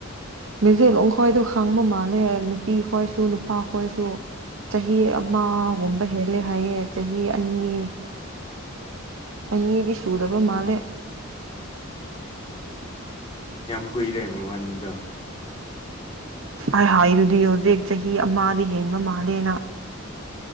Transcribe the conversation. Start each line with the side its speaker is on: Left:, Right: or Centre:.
Right: ꯃꯦꯖꯦꯂꯣꯡ ꯈꯣꯏꯗꯣ ꯈꯥꯡꯕ ꯃꯥꯜꯂꯦ ꯅꯨꯄꯤ ꯈꯣꯏꯁꯨ ꯅꯨꯄꯥ ꯈꯣꯏꯁꯨ ꯆꯍꯤ ꯑꯣꯝꯕ ꯍꯦꯜꯂꯦ ꯍꯥꯏꯌꯦ ꯆꯍꯤ ꯑꯅꯤ ꯑꯅꯤꯗꯤ ꯁꯨꯗꯕ ꯃꯥꯜꯂꯦ
Left: ꯑꯣ ꯀꯌꯥꯝ ꯀꯨꯏꯔꯦ ꯃꯕꯥꯅꯤꯗꯣ
Right: ꯑ ꯍꯥꯏꯗꯨꯗꯤ ꯍꯧꯖꯤꯛ ꯆꯍꯤ ꯑꯃꯗꯤ ꯍꯦꯟꯕ ꯃꯥꯜꯂꯦꯅ